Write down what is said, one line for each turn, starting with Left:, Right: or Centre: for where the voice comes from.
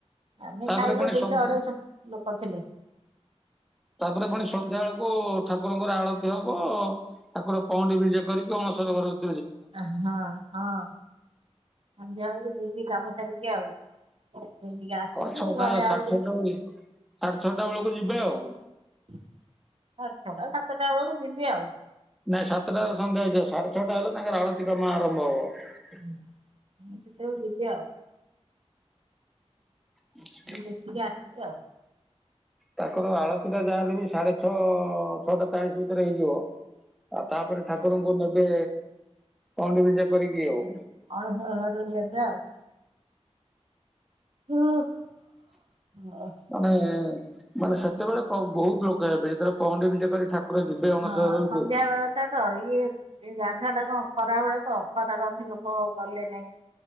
Right: ଆମେ
Centre: ତାପରେ
Right: ଖାଇଲୁ
Centre: ପୁଣି
Right: ଦୁଇଶହ,
Centre: ସନ୍ଧ୍ୟା
Right: ଅଢେଇଶହ ଲୋକ ଥିଲେ।
Centre: ତାପରେ ପୁଣି ସନ୍ଧ୍ୟା ବେଳକୁ ଠାକୁରଙ୍କର ଆଳତି ହବ। ଠାକୁର ପହଣ୍ଡି ବିଜେ କରିକି, ଅଣସର ଘରକୁ।
Right: ଆଁ ହଁ, ହଁ‌ ସନ୍ଧ୍ୟାବେଳକୁ ଯିବି କାମ ସାରିକି ଆଉ। ଟିକେ ଆସିବି
Centre: ହଁ ଛଅଟା,
Right: ଘରେ
Centre: ସାଢେ
Right: ଆଉ
Centre: ଛଅଟା ବେଳେ ସାଢେ ଛଅଟା ବେଳକୁ ଯିବେ, ଆଉ।
Right: ସାଢ଼େ ଛଅଟା, ସାତଟା ବେଳକୁ ଯିବି ଆଉ।
Centre: ନାଇଁ, ସାତଟା ହେଲେ ସନ୍ଧ୍ୟା ହେଇଯିବ। ସାଢେ ଛଅଟା ହେଲେ ତାଙ୍କର ଆଳତି କାମ ଆରମ୍ଭ ହବ।
Right: ହୁଁ ହୁଁ ସେତେ ବେଳକୁ ଯିବି ଆଉ।
Centre: <unintelligible>
Right: ଦେଖିକି ଆସିବି ଆଉ।
Centre: ତାଙ୍କର ଆଳତି ଟା ଯାହାହଲେ ବି ସାଢେ ଛଅ ଛଅଟା ଚାଳିଶ ଭିତରେ ହେଇଯିବ। ଆଉ ତାପରେ ଠାକୁରଙ୍କୁ ନେବେ, ପହଣ୍ଡି ବିଜେ କରିକି ଆଉ।
Right: ଅଣସର ଘରୁ ନେବେ ଆଉ। ହୁଁ। <unintelligible>
Centre: ନାଇଁ-ଇ-ଇ, ମାନେ ସେତେବେଳେ ପ୍ର ବହୁତ ଲୋକ ହେବେ ଯେତେବେଳେ ପହଣ୍ଡି ବିଜେ କରି ଠାକୁର ଠାକୁର ଯିବେ ଅଣସର
Right: ହଁ
Centre: ଘରକୁ।
Right: ସନ୍ଧ୍ୟା ବେଳ ଟା ତ ଇଏ, ଏଇ ଗାଧା ଟା କଣ ଖରାବଳେ ତ, ଖରା ରନ୍ଧି ଲୋକ ଗଲେ ନାଇଁ।